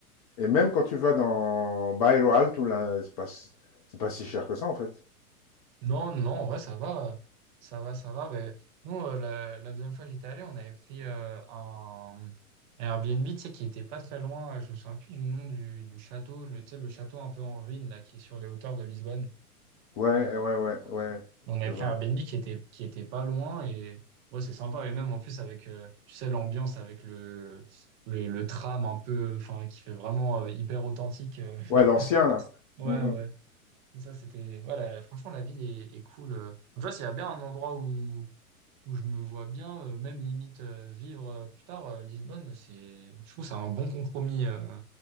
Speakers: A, on the left; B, on the right.
A: Et même quand tu vas dans Bairro Alto, là, c'est pas, si- c'est pas si cher que ça, en fait.
B: Non, non, en vrai, ça va. Ça va, ça va. Ben, nous, euh, la, la deuxième fois que j'étais allé, on avait pris euh, un, un Airbnb, tu sais, qui était pas très loin. euh, Je me souviens plus du nom du, du château, le, tu sais, le château un peu en ruine, là, qui est sur les hauteurs de Lisbonne.
A: Ouais,
B: Euh,
A: ouais, ouais,
B: euh,
A: ouais,
B: on avait
A: je
B: pris
A: vois.
B: un Airbnb qui était, qui était pas loin et ouais, c'est sympa. Et même, en plus, avec, euh, tu sais, l'ambiance avec le, le, le tram un peu, enfin, qui fait vraiment euh, hyper authentique. euh.
A: Ouais,
B: <laughs>
A: l'ancien là.
B: Ouais,
A: Mm,
B: ouais.
A: mm.
B: Ça, c'était. Voilà, franchement, la ville est, est cool. euh. Tu vois, s'il y a bien un endroit où, où je me vois bien, euh, même limite euh, vivre euh, plus tard, euh, Lisbonne, c'est. Je trouve que c'est un bon compromis. euh.